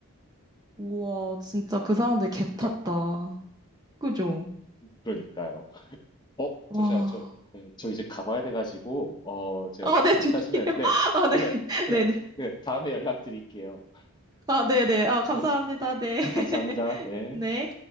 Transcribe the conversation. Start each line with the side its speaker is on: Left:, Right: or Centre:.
Right: 우와, 진짜 그 사람들 개 탔다.
Left: <laughs>
Right: 그죠?
Left: 그러니까요. 어,
Right: 와.
Left: 잠시만, 저, 예, 저 이제 가봐야 돼가지고, 어, 제가
Right: 아, 네, 드릴게요.
Left: 괜찮으시면, 네,
Right: <laughs> 아,
Left: <laughs>
Right: 네.
Left: 네, 네,
Right: 네네.
Left: 네, 다음에 연락드릴게요.
Right: 아, 네네. 아, 감사합니다.
Left: 네,
Right: 네. <laughs>
Left: 감사합니다. 네.
Right: 네.